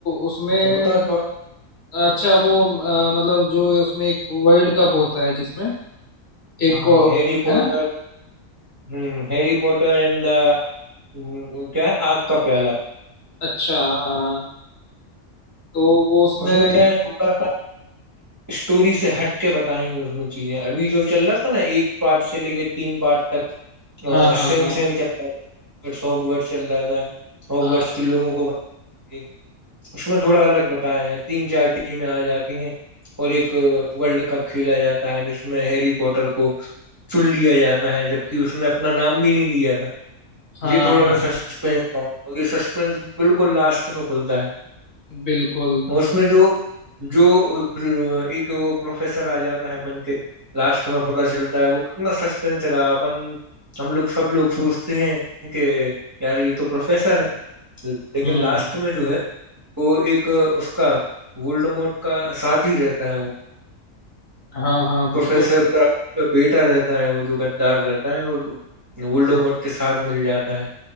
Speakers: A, on the left (about 55°); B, on the right (about 20°).
A: उसमें
B: अच्छा बताओ तो
A: अच्छा वो अ, मतलब जो उसमें एक वर्ल्ड कप होता है जिसमें एक
B: हाँ
A: को
B: हैरी पॉटर
A: है ना
B: हम्म हैरी पॉटर एंड द क्या है आग का प्याला
A: अच्छा हाँ, तो वो उसमें
B: उसमें क्या है थोड़ा सा स्टोरी से हट के बताएंगे उसमें चीजें अभी जो चल रहा था ना एक पार्ट से लेके तीन पार्ट तक
A: हाँ हाँ
B: सेम
A: हाँ
B: सेम चल रहा था हॉगवर्ट्स हॉगवर्ट्स चल रहा था हॉगवर्ट्स
A: हाँ
B: के लोगों को बताइए। उसमें थोड़ा अलग बताया है तीन चार टीमें आ जाती हैं और एक वर्ल्ड कप खेला जाता है जिसमें हैरी पॉटर को चुन लिया जाता है जबकि उसने अपना नाम भी नहीं दिया था
A: हाँ
B: ये थोड़ा
A: हाँ
B: सा सस्पेंस था और ये सस्पेंस बिल्कुल लास्ट में खुलता है
A: बिल्कुल
B: उसमें जो जो एक वो प्रोफेसर आ जाता है बन के लास्ट में पता चलता है वो कितना सस्पेंस रहा अपन हम लोग सब लोग सोचते हैं कि यार ये तो प्रोफेसर है लेकिन
A: हम्म
B: लास्ट में जो है वो एक उसका वोल्डेमॉर्ट का साथी रहता है वो
A: हाँ हाँ बिल्कुल
B: प्रोफेसर क्राफ्ट का बेटा रहता है वो जो गद्दार रहता है और वोल्डेमॉर्ट के साथ मिल जाता है